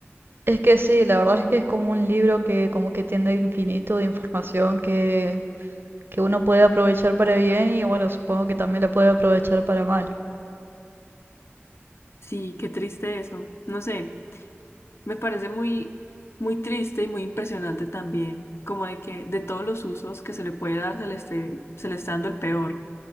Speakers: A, on the right; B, on the left.
A: Es que sí, la verdad es que es como un libro que como que tiende a infinito de información que, que uno puede aprovechar para bien y bueno, supongo que también la puede aprovechar para mal.
B: Sí, qué triste eso. No sé. Me parece muy, muy triste y muy impresionante también, como de que de todos los usos que se le puede dar, se le esté, se le está dando el peor.